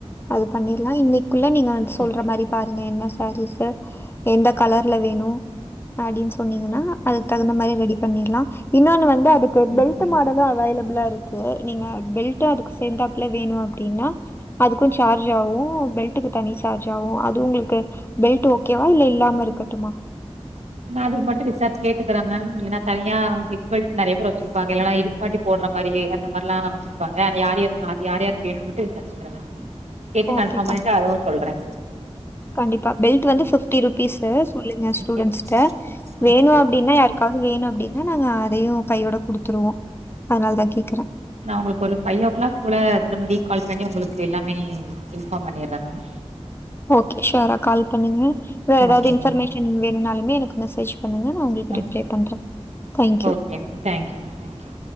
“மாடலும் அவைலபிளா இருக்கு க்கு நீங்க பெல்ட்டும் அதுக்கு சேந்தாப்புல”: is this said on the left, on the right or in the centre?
Left